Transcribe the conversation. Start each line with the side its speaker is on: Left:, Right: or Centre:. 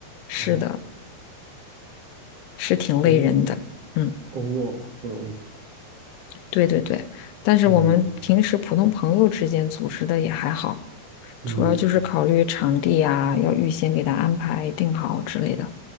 Left: 是的，
Right: 哎，
Left: 是挺累人的。
Right: 工
Left: 嗯，
Right: 工作嘛，不容易。
Left: 对对对，但是我们平时普通朋友之间组织的也还好，
Right: 嗯嗯
Left: 主要就是考虑场地啊，要预先给他安排定好之类的，